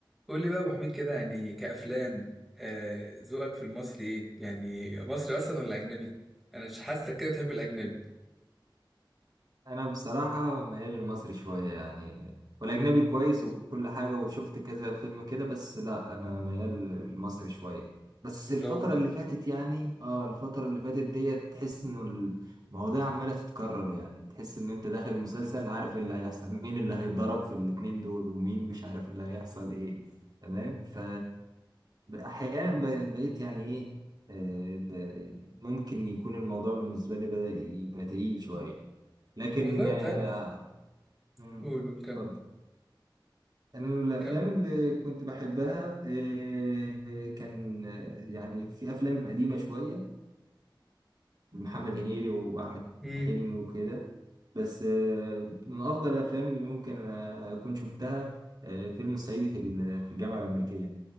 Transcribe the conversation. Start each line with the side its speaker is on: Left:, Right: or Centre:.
Centre: قول لي بقى يا ابو حميد كده يعني كأفلام آه، ذوقك في المصري ايه يعني مصري اصلا ولا اجنبي انا مش حاسك كده تحب الاجنبي
Right: انا بصراحه ميال للمصري شويه يعني والاجنبي كويس وكل حاجه وشفت كذا فيلم كده بس لا انا ميال للمصري شويه بس الفتره
Centre: لا والله
Right: اللي فاتت يعني اه الفتره اللي فاتت ديت تحس انه المواضيع عماله تتكرر يعني تحس ان انت داخل مسلسل عارف اللي هيحصل مين اللي هيتضرب في الاتنين دول ومين مش عارف اللي هيحصل ايه تمام ف احيانا ب- بقيت يعني ايه آه، ب- ممكن يكون الموضوع بالنسبه لي بدأ يبقى تقيل شويه لكن
Centre: والله
Right: آه،
Centre: انت عارف
Right: مم،
Centre: قول قول كم
Right: اتفضل انا من الافلام
Centre: كم
Right: اللي كنت بحبها آه، كان آه، يعني في افلام قديمه شويه محمد هنيدي واحمد
Centre: امم
Right: حلمي وكده بس آه، من افضل الافلام اللي ممكن آه، اكون شفتها آه، فيلم الصعيدي في ال- في الجامعه الامريكيه